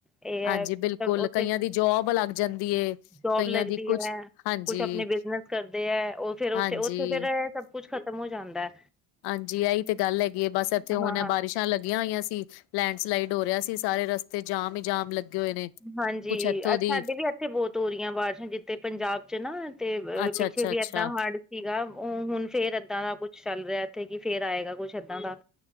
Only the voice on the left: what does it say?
ਹਾਂਜੀ
ਬਿਲਕੁਲ
ਕਈਆਂ ਦੀ ਜੋਬ ਲੱਗ ਜਾਂਦੀ ਏ
ਕਈਆਂ
ਦੀ ਕੁਛ
ਹਾਂਜੀ
ਹਾਂਜੀ
ਹਾਂਜੀ ਇਹੀ ਤੇ ਗੱਲ ਹੈਗੀ ਹੈ, ਬਸ ਇੱਥੇ
ਹੁਣ ਬਾਰਿਸ਼ਾਂ ਲੱਗੀਆਂ ਹੋਈਆਂ ਸੀ ਲੈਂਡ ਸਲਾਈਡ ਹੋ ਰਿਹਾ ਸੀ ਸਾਰੇ ਰਸ ਤੇ ਜਾਮ ਹੀ ਜਾਮ, ਲੱਗੇ ਹੋਏ ਨੇ
ਕੁਛ ਇੱਥੋਂ
ਦੀ
ਅੱਛਾ
ਅੱਛਾ
ਅੱਛਾ